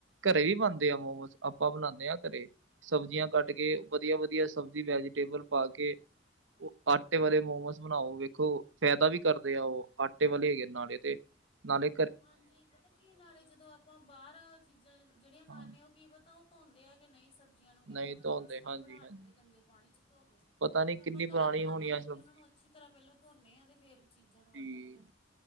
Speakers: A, on the right; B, on the left.
A: ਘਰੇ ਵੀ ਬਣਦੇ ਆ ਮੋਮੋਸ ਆਪਾਂ ਬਣਾਉਂਦੇ ਹਾਂ ਘਰੇ। ਸਬਜ਼ੀਆਂ ਕੱਟ ਕੇ ਵਧੀਆ, ਵਧੀਆ ਸਬਜ਼ੀ ਵੈਜੀਟੇਬਲ ਪਾ ਕੇ। ਉਹ ਆਟੇ ਵਾਲੇ ਮੋਮੋਸ ਬਣਾਓ ਵੇਖੋ ਫਾਇਦਾ ਵੀ ਕਰਦੇ ਆ। ਉਹ ਆਟੇ ਵਾਲੇ ਹੈਗੇ ਨਾਲੇ ਤੇ ਨਾਲ਼ੇ
B: ਹਾਂਜੀ, ਪਤਾ ਕੀ ਨਾਲੇ ਜਦੋਂ ਆਪਾਂ ਬਾਹਰ ਚੀਜ਼ਾਂ ਜਿਹੜੀਆਂ ਖਾਂਦੇ
A: ਹਾਂ
B: ਹੋ ਕੀ ਪਤਾ। ਧੋਂਦੇ ਆ ਕਿ ਨਹੀਂ ਸਬਜ਼ੀਆਂ ਨੂੰ ਗੰਦੇ
A: ਨਹੀਂ
B: ਬੰਦੇ
A: ਧੋਂਦੇ
B: ਉਸ ਤਰ੍ਹਾਂ
A: ਹਾਂਜੀ-ਹਾਂਜੀ।
B: ਹੀ ਬਣਾਾ ਦਿੰਦੇ ਗੰਦੇ ਪਾਣੀ ਵਿੱਚ। ਧੋ ਗ
A: ਪਤਾ ਨੀ
B: ਜੇ ਆਪਾਂ
A: ਕਿੰਨੀ
B: ਘਰ
A: ਪੁਰਾਣੀ
B: ਬਣਾਵਾਂਗੇ
A: ਹੋਣੀ ਆ ਸਬਜ਼ੀ
B: ਤੇ ਉਹਨਾਂ ਨੂੰ ਅੱਛੀ ਤਰ੍ਹਾਂ ਪਹਿਲਾਂ ਧੋਨੇ ਹਾਂ ਤੇ ਫੇਰ ਚੀਜ਼ਾਂ ਨੂੰ ਵਰਤਦੇ
A: ਜੀ।
B: ਹਾਂ